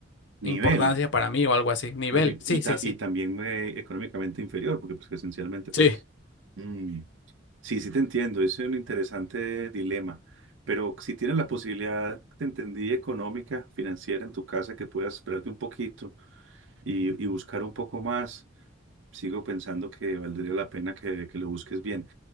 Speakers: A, on the right; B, on the left.
A: Nivel.
B: importancia para mí o algo así, nivel,
A: Ujú.
B: sí,
A: Y, ta-
B: sí, sí.
A: y también eh, económicamente inferior, porque pues que esencialmente pues...
B: Sí.
A: mm, sí, sí te entiendo, es un interesante dilema, pero si tienes la posibilidad, te entendí, económica, financiera en tu casa, que puedas esperarte un poquito y, y buscar un poco más, sigo pensando que valdría la pena que, que lo busques bien.